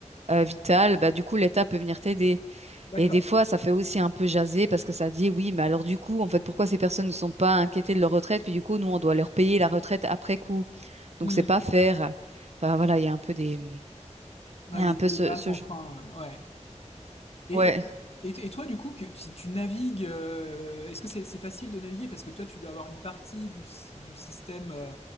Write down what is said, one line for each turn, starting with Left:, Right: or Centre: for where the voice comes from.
Right: euh, vitales, bah, du coup, l'État peut venir t'aider.
Left: D'accord.
Right: Et des fois, ça fait aussi un peu jaser parce que ça dit, oui, mais alors du coup, en fait, pourquoi ces personnes ne sont pas inquiétées de leur retraite, puis du coup, nous, on doit leur payer la retraite après coup.
Left: Hmm.
Right: Donc c'est pas faire. Enfin voilà, il y a un peu des,
Left: Non,
Right: il
Left: il
Right: y a
Left: y
Right: un
Left: a des
Right: peu
Left: débats
Right: ce, ce
Left: sans
Right: genre.
Left: fin. euh, Ouais. Et,
Right: Ouais.
Left: et, et toi, du coup, que, si tu navigues, euh, est-ce que c'est c'est facile de naviguer? Parce que toi, tu dois avoir une partie du, s- du système euh,